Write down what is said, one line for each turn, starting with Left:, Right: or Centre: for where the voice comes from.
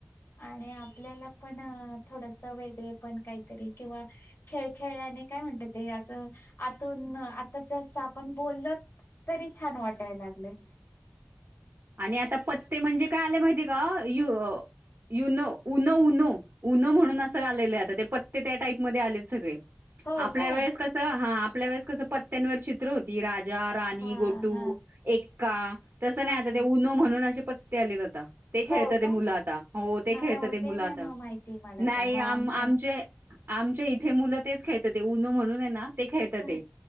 Left: आणि आपल्याला पण थोडस वेगळे पण काहीतरी किंवा खेळ खेळल्याने काय म्हणतात? ते असं आतून आता जस्ट आपण बोललत तरी छान वाटायला लागले.
Right: आणि आता पत्ते म्हणजे काय आले माहितीय का? You you know Uno Uno Uno म्हणून असं आलेलं हाय आता. ते पत्ते त्या टाईपमध्ये आलेत सगळे.
Left: हो
Right: आपल्या
Left: काय
Right: वेळेस कस हा आपल्या वेळेस कस पत्त्यांवर चित्र होती राजा राणी,
Left: हा
Right: गोटू,
Left: हा
Right: एक्का तसं
Left: हा
Right: नाही आता
Left: हा
Right: ते उनो म्हणून असे पत्ते आलेत आता. ते खेळता
Left: हो
Right: ते
Left: काय
Right: मुलं आता. हो ते
Left: नाही
Right: खेळता
Left: होते
Right: ते मुल
Left: नाही
Right: आता
Left: मग माहिती मला
Right: नाही
Left: पण मग आमच्या
Right: आम आमचे आमच्या इथे मुलं तेच खेळता ते उनो म्हणून आहे ना. ते खेळता
Left: हा
Right: ते.